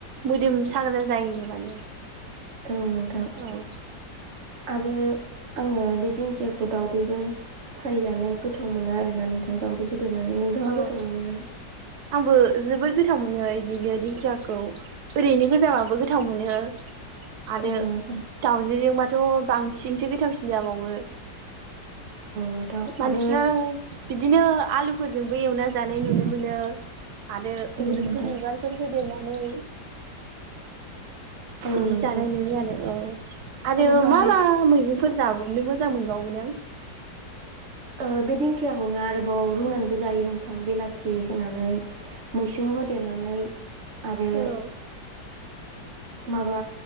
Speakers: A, on the right (about 65°); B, on the right (about 45°).
A: मोदोम साग्रा जायोनो माने।
B: औ नोंथां।
A: औ
B: आरो आङो बे दिंखियाखौ दावदैजों फ्राय जानो गोथाव मोनो आरोना नोंथां दावदै होफादेरनानै नोंथाङा
A: औ
B: गोथाव मोनोना?
A: आंबो जोबोद गोथाव मोनो बिदिनो दिंखियाखौ। ओरैनो गोजाबाबो गोथाव मोनो। आरो
B: औ नोंथां
A: दउजिलिंबाथ' बांसिनसो गोथावसिन जाबावो।
B: नोंथां औ
A: मानसिफ्रा
B: आरो
A: बिदिनो आलुफोरजोंबो एवना जानाय नुनो मोनो। आरो
B: औ
A: मुदुमफुल
B: नोंथां
A: बिबारफोर होदेरनानै।
B: औ
A: बिदि
B: नोंथां
A: जानाय नुयो आरो औ आरो
B: ओमफाय
A: मा मा मैगं फोरजाबनो मोजां मोनबावोनों?
B: ओ बे दिंखियाखौनो आरोबाव रुनानबो जायो नोंथां बेलाथि होनानै। मैसुं होदेरनानै आरो
A: औ
B: माबा